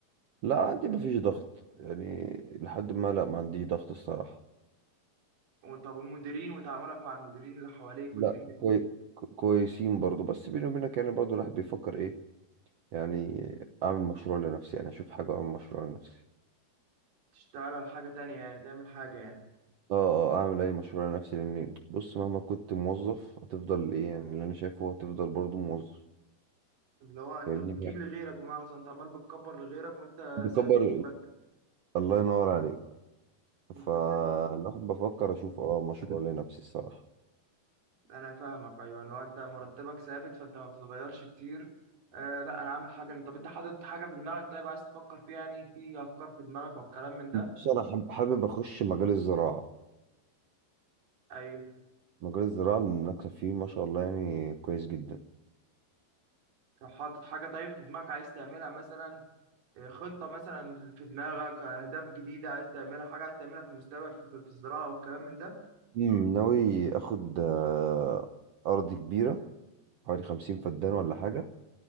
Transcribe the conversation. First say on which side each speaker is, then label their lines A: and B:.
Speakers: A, on the right; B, on the right.
A: لا عندي مفيش ضغط يعني لحد ما لا ما عنديش ضغط الصراحه
B: طب والمديرين وتعاملك مع المديرين اللي حواليك
A: لا
B: والدنيا
A: كوي... كويسين برضو بس بيني وبينك يعني برضو الواحد بيفكر ايه يعني اعمل مشروع لنفسي يعني اشوف حاجه اعمل مشروع لنفسي
B: تشتغل على حاجة تانية يعني تعمل حاجة يعني
A: اه آه، اعمل اي مشروع لنفسي لان بص مهما كنت موظف هتفضل ايه يعني اللي انا شايفه هو هتفضل برضو موظف
B: اللي هو انت
A: فاهمني
B: بتجيب
A: ب-
B: لغيرك بمعنى صح انت عمال بتكبر لغيرك وانت
A: بكبر
B: ثابت مرتب
A: الله ينور عليك
B: انت
A: فالواحد
B: ثابت
A: بفكر اشوف اه مشروع <laughs> لنفسي الصراحه
B: انا فاهمك ايوه اللي هو انت مرتبك ثابت فانت ما بتتغيرش كتير آه لا انا عامل حاجة طب انت حاطط حاجة في دماغك طيب عايز تفكر فيها يعني في افكار في دماغك او كلام من ده
A: بص انا حب- حابب اخش مجال الزراعه
B: ايوه
A: مجال الزراعه المنافسه فيه ما شاء الله يعني كويس جدا
B: طب حاطط حاجة طيب في دماغك عايز تعملها مثلا آه، خطة مثلا في دماغك آه، اهداف جديدة عايز تعملها حاجة عايز تعملها في المستقبل في في الزراعة والكلام من ده
A: أمم، ناوي اخد آه، ارض كبيره حوالي خمسين فدان ولا حاجه